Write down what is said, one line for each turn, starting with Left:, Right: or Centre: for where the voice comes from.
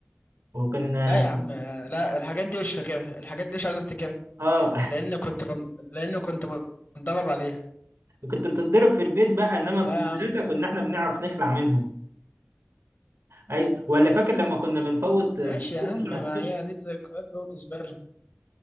Right: وكنا
Left: لا يا عم آه، لا الحاجات دي مش فاكرها الحاجات دي مش عايز افتكرها
Right: اه
Left: لأن كنت بن... لأن كنت متدرب عليها
Right: <laughs> كنت بتتضرب في البيت بقى انما في
Left: لا
Right: المدرسه
Left: يا عم
Right: كنا احنا بنعرف نخلع منهم ايوه ولا فاكر لما كنا بنفوت الطابور
Left: ماشي يا عم ما
Right: بتاع الصبح
Left: هي دي ذكريات برضه زبالة